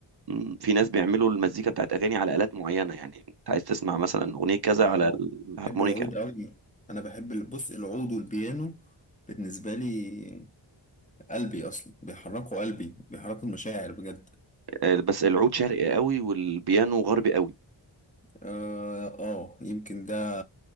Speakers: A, on the right (about 55°); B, on the left (about 15°).
A: مم، في ناس بيعملوا المزيكا بتاعت اغاني على الات معينه يعني انت عايز تسمع مثلا اغنيه كذا
B: اه
A: على الهارمونيكا
B: بحب العود قوي انا بحب ال- بص العود والبيانو بالنسبة لي قلبي اصلا بيحركوا قلبي بيحركوا المشاعر بجد
A: آه، بس العود شرقي قوي والبيانو غربي قوي
B: اه آه، يمكن ده